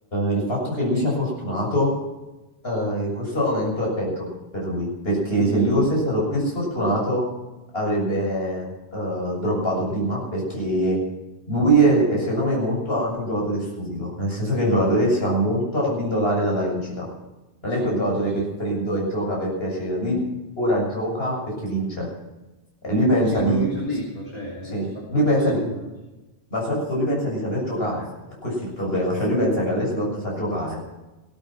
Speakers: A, on the left (about 55°); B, on the left (about 35°).
A: il fatto che lui sia fortunato eh, in questo momento è peggio per lui, perché
B: Sì,
A: se lui fosse stato più sfortunato avrebbe eh, droppato prima, perché lui è, è secondo me molto anche un giocatore stupido, nel senso che è un giocatore che si va molto abbindolare dalla vincita. Non
B: sì,
A: è quel giocatore
B: sì, sì.
A: che è freddo e gioca per piacere, lui ora gioca perché vince e lui pensa
B: Sì, sì, è quello
A: di...
B: che ti ho detto, cioè
A: sì,
B: si fa condizionare
A: lui pensa di...
B: proprio.
A: Ma soprattutto lui pensa di saper giocare, e questo è il problema, cioè lui pensa che alle slot sa giocare